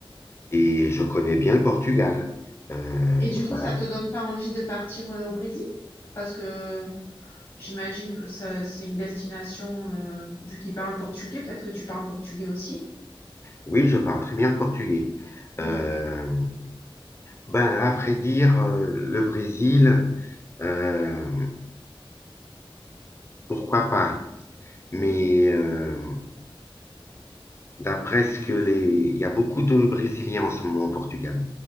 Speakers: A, on the left; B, on the left.
A: et je connais bien le Portugal. Euh,
B: du coup,
A: ben,
B: ça te donne pas envie de partir euh, au Brésil? Parce que J'imagine que ça, c'est une destination, euh, vu qu'il parle portugais, peut-être que tu parles portugais aussi.
A: oui, je parle très bien le portugais.
B: Mm,
A: Euh, ben après dire euh, le Brésil, euh, pourquoi pas? Mais
B: mm,
A: euh, D'après ce que les... Il y a beaucoup de Brésiliens en ce moment au Portugal.